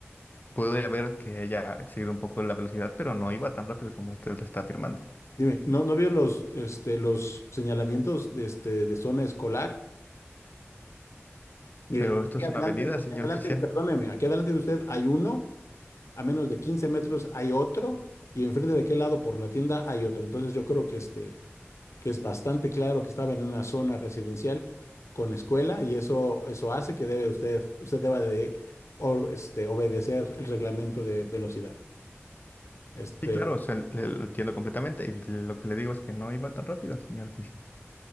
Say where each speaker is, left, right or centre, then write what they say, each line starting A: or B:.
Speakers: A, on the left; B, on the left.
A: Puede haber que haya excedido un poco la velocidad, pero no iba tan rápido como usted lo está afirmando.
B: Dime, ¿no, no vio los, este, los señalamientos de, este, de zona escolar? Mire,
A: Pero
B: aquí
A: esto es
B: adelante,
A: una avenida,
B: aquí
A: señor
B: adelante,
A: oficial.
B: perdóneme, aquí adelante de usted hay uno a menos de quince metros hay otro y enfrente de aquel lado por la tienda hay otro. Entonces yo creo que este, que es bastante claro que estaba en una zona residencial con escuela y eso, eso hace que debe usted, usted deba de or- este, obedecer el reglamento de velocidad. Este,
A: Sí, claro, o sea, le- lo entiendo completamente y lo que le digo es que no iba tan rápido, señor oficial.